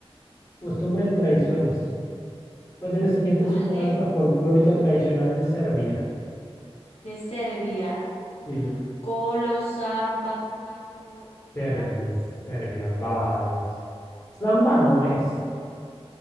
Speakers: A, on the left (about 35°); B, on the left (about 70°).
A: Costumbres y tradiciones. Pues de la siguiente
B: ¿Vale?
A: es una danza folclórica tradicional de Serbia.
B: De Serbia.
A: Sí,
B: Colo, samba, tango
A: Serbia,
B: y vals.
A: Serbia, vals. Samba no es.